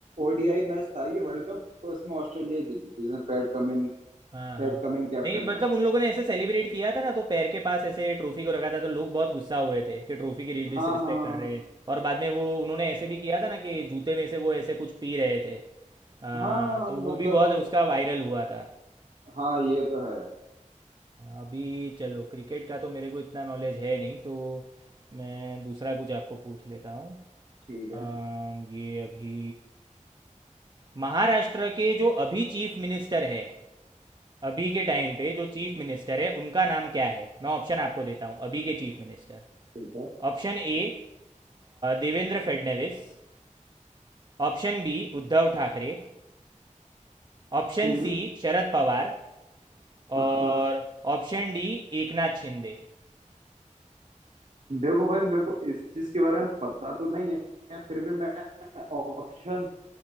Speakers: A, on the right; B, on the right.
A: ओडीआई मैच था ये वर्ल्ड कप तो इसमें ऑस्ट्रेलिया जीती थी जिसमें Pat Cummins
B: हाँ
A: Pat
B: हाँ
A: Cummins captain
B: नहीं मतलब
A: था
B: उन लोगों ने ऐसे सेलिब्रेट किया था ना तो पैर के पास ऐसे ट्रॉफी को रखा था तो लोग बहुत गुस्सा हुए थे कि ट्रॉफी की डिसरिस्पेक्ट
A: हाँ हाँ
B: कर रहे हैं और बाद में वो उन्होंने ऐसे भी किया था ना कि जूते में से वो ऐसे कुछ पी रहे थे अ,
A: हाँ हाँ,
B: तो वो
A: मतलब
B: भी बहुत उसका वायरल हुआ था
A: हाँ ये तो है
B: अभी चलो क्रिकेट का तो मेरे को इतना नॉलेज है नहीं तो मैं दूसरा कुछ आपको पूछ लेता हूँ अम,
A: ठीक है
B: ये अभी महाराष्ट्र के जो अभी चीफ मिनिस्टर है अभी के टाइम पे जो चीफ मिनिस्टर है उनका नाम क्या है मैं ऑप्शन आपको देता हूँ अभी के chief minister
A: ठीक है
B: Option A Devendra Fadnavis option B Uddhav Thackeray option
A: हम्म
B: C Sharad Pawar
A: हाँ
B: और ऑप्शन डी एकनाथ शिंदे
A: देखो भाई मेरे को इस चीज के बारे में पता तो नहीं है फिर भी मैं ऑप्शन